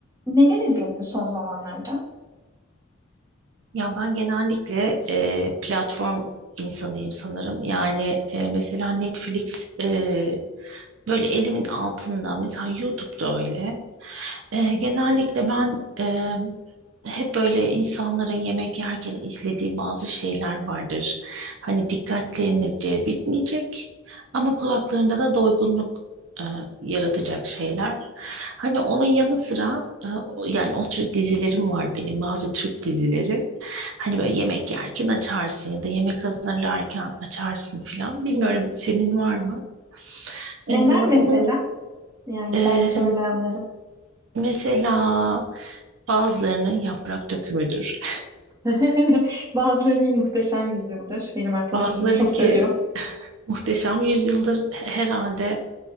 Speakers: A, on the right (about 15°); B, on the right (about 65°).
A: Neler izledin son zamanlarda?
B: Ya ben genellikle e, platform insanıyım sanırım. Yani e, mesela Netflix e, böyle elimin altında. Mesela YouTube'da öyle. E, genellikle ben e, hep böyle insanların yemek yerken izlediği bazı şeyler vardır. Hani dikkatlerini celbetmeyecek ama kulaklarında da doygunluk e, yaratacak şeyler. Hani onun yanı sıra e, o- yani o tür dizilerim var benim bazı Türk dizileri. Hani böyle yemek yerken açarsın ya da yemek hazırlarken açarsın filan. Bilmiyorum senin var mı?
A: Neler
B: E,
A: mesela?
B: onun
A: Yani
B: e,
A: belki öyle anlarım.
B: mesela bazılarının yaprak dökümüdür.
A: <laughs> Bazılarını muhteşem yüzyıldır. Benim arkadaşlarım
B: Bazılarınınki
A: çok seviyor.
B: muhteşem yüzyıldır herhalde